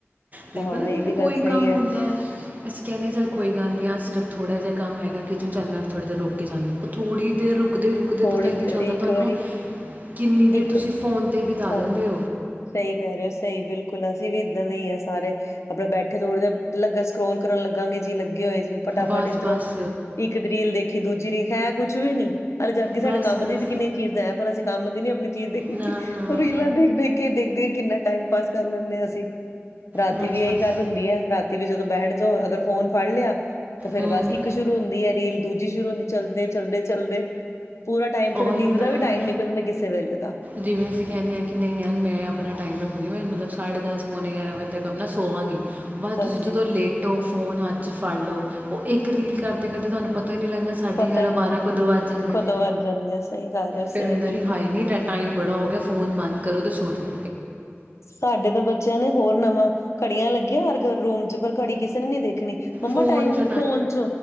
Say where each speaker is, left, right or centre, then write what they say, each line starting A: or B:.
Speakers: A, on the right; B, on the left.
A: ਦੇਖੋ
B: ਹਾਂ
A: ਨਾ
B: ਇਹ ਵੀ
A: ਕੋਈ
B: ਗੱਲ ਸਹੀ
A: ਕੰਮ
B: ਹੈ
A: ਹੁੰਦਾ ਐ ਅਸੀਂ ਕਹਿੰਦੇ ਹਾਂ ਚੱਲ ਕੋਈ ਗੱਲ ਨਹੀਂ ਅੱਜ ਸਿਰਫ਼ ਥੋੜ੍ਹਾ ਜਿਹਾ ਕੰਮ ਹੈ ਗਾ। ਕਿਚਨ ਚੱਲ ਮੈਂ ਥੜ੍ਹੀ ਦੇਰ ਰੁਕ ਕੇ ਜਾਂਦੀ ਆ। ਉਹ ਥੜ੍ਹੀ ਦੇ ਰੁਕ ਰੁਕਦੇ ਰੁਕਦੇ
B: ਥੋੜੀ
A: ਪਤਾ ਹੀ ਨਹੀਂ
B: ਦੇਰ
A: ਚੱਲਦਾ
B: ਇੱਕ
A: ਤੁਹਾਨੂੰ
B: ਵਾਰੀ
A: ਕਿੰਨੀ ਦੇਰ
B: ਇੱਕ
A: ਤੁਸੀਂ ਫੋਨ ਤੇ ਹੀ ਬਿਤਾ
B: ਹੋ
A: ਦਿੰਦੇ
B: ਸਹੀ ਕਹਿ ਰਹੇ ਸਹੀ ਬਿਲਕੁਲ ਅਸੀਂ ਵੀ ਇੱਦਾਂ ਦੇ ਹੀ ਹਾ। ਸਾਰੇ ਆਪਣੇ ਬੈਠੇ ਥੋੜੇ ਜ ਲੱਗਾ ਸਕਰੋਲ ਕਰਨ ਲੱਗਾਗੇ ਜੀ ਲੱਗੇ ਹੋਏ ਜੀ ਫਟਾਫਟ
A: ਬਸ
B: ਇੱਧਰੋਂ
A: ਬਸ
B: ਇੱਕ ਰੀਲ ਦੇਖੀ ਦੂਜੀ ਰੀਲ ਹੈ ਕੁਛ ਵੀ ਨੀ ਹਲੇ ਜਦ ਕਿ
A: ਬਸ
B: ਸਾਡੇ ਕੰਮ
A: ਬਸ
B: ਦੀ ਵੀ ਕਿੰਨੀਆਂ ਚੀਜ਼ਾਂ ਆ। ਪਰ ਅਸੀਂ ਕੰਮ ਦੀ ਨੀ ਆਪਣੀ ਜਿਦੇ
A: ਨਾ ਨਾ
B: ਰੀਲਾਂ ਦੇਖ ਦੇਖ ਕੇ ਦੇਖਦੇ ਕਿੰਨਾ ਟਾਈਮ ਪਾਸ ਕਰ ਲੈਂਦੇ ਹਾਂ ਅਸੀਂ ਰਾਤੀ
A: ਬਸ
B: ਵੀ ਇਹੀ
A: ਬਸ
B: ਗੱਲ ਹੁੰਦੀ ਹੈ ਰਾਤ ਵੀ ਜਦੋਂ ਬੈਠ ਜਾਓ ਅਗਰ ਫੋਨ ਫੜ ਲਿਆ। ਤੇ ਤੇ ਫੇਰ
A: ਹੂੰ
B: ਬਸ ਇੱਕ ਸ਼ੁਰੂ ਹੁੰਦੀ ਹੈ। ਰੀਲ ਦੂਜੀ ਸ਼ੁਰੂ ਸ਼ੁਰੂ ਹੁੰਦੀ ਚੱਲਦੇ ਚੱਲਦੇ ਚੱਲਦੇ ਪੂਰਾ ਟਾਈਮ ਫੇਰ
A: ਓਏ
B: ਨਿੰਂਦ
A: ਨਾ
B: ਦਾ ਵੀ ਟਾਈਮ ਨਿਕਲ ਜਾਂਦਾ। ਕਿਸੇ ਵੇਲੇ ਦਾ
A: ਜਿਵੇਂ ਅਸੀਂ ਕਹਿੰਦੇ ਹਾਂ ਕਿ ਨਹੀਂ ਯਾਰ ਮੈਂ ਆਪਣਾ ਟਾਈਮ ਰੱਖਗੀ ਮਤਲਬ ਸਾਢੇ ਦਸ ਪੌਣੇ ਗਿਆਰਾਂ ਵਜੇ ਤੱਕ ਆਪਣਾ ਸੋਵਾਂਗੀ ਬਸ
B: ਹਾਂਜੀ
A: ਤੁਸੀਂ ਜਦੋਂ ਲੇਟੋ ਫ਼ੋਨ ਹੱਥ ਚ ਫੜ ਲਓ। ਉਹ ਇੱਕ ਰੀਲ ਕਰਦੇ ਕਰਦੇ ਤੁਹਾਨੂੰ ਪਤਾ ਹੀ ਨੀ ਲੱਗਦਾ ਸਾਢੇ
B: ਪਤਾ
A: ਗਿਆਰਾਂ
B: ਹੀ ਨੀ ਲੱਗਦਾ
A: ਬਾਰਾਂ ਕਦੋ ਵੱਜ ਜਾਂਦੇ
B: ਕਦੋਂ
A: ਨੇ
B: ਵੱਜ ਜਾਂਦੇ ਆ ਸਹੀ ਕਰ ਰਹੇ ਹੋ
A: ਫੇਰ
B: ਸਹੀ
A: ਹੁੰਦਾ
B: ਬਿਲਕੁਲ
A: ਨੀ ਹਾਏ ਨੀ ਟੇ ਟਾਈਮ ਬੜਾ ਹੋਗਾ ਫੋਨ ਬੰਦ ਕਰੋ ਤੇ ਸੋਜੋ
B: ਸਾਡੇ ਤਾਂ ਬੱਚਿਆਂ ਨੇ ਹੋਰ ਨਵਾਂ ਘੜੀਆਂ ਲੱਗੀਆਂ। ਹਰ ਘਰ ਰੂਮ ਚ ਪਰ ਘੜੀ ਕਿਸੇ ਨੇ ਨੀ ਦੇਖਣੀ ਮੰਮਾ
A: ਫੋਨ
B: ਟਾਈਮ
A: 'ਚ
B: ਫੋਨ ਚ